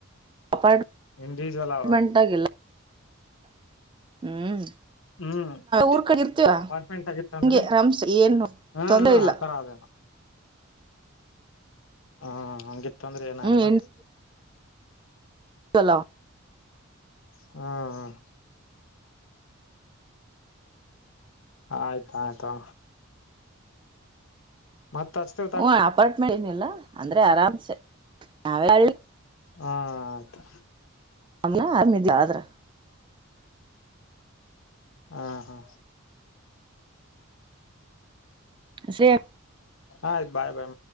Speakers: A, on the right; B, on the left.
A: ಅಪಾರ್ಟ್ಮೆಂಟ್
B: ಇಂಡಿವಿಜುವಲ್ ಅವ
A: ಆಾಗಿಲ್ಲ ಹ್ಮ್
B: ಹ್ಮ್
A: ಊರ್ ಕಡೆ ಇರ್ತೀವ
B: ಅಪಾರ್ಟ್ಮೆಂಟ್ ಆಗಿತ್ತ ಅಂದ್ರೆ
A: ಹಂಗೆ ರಮ್ಸ್ ಏನು
B: ಹ್ಮ್
A: ತೊಂದ್ರೆ
B: ಹ್ಮ್
A: ಇಲ್ಲ
B: ಆಥರ ಅದೇನ ಹಾ ಹಂಗಿತ್ತ ಅಂದ್ರೆ ಏನಾಗಲ್ಲ
A: ಹ್ಮ್ ಚಲ
B: ಹಾ ಹಾ ಆಯ್ತ ಆಯ್ತು ಮತ್ತಚ್ತೆ
A: ಹ್ ಅಪಾರ್ಟ್ಮೆಂಟ್ ಏನಿಲ್ಲ ಅಂದ್ರೆ ಆರಾಮ್ಸೆ ನಾವೇ
B: ಹ ಆಯ್ತು
A: ಆಮ್ ಆರ್ಮಿದ ಆದ್ರ
B: ಹಾ ಹಾ
A: ಸೇ
B: ಹಯ್ತು ಬಾಯ್ ಬಾಯ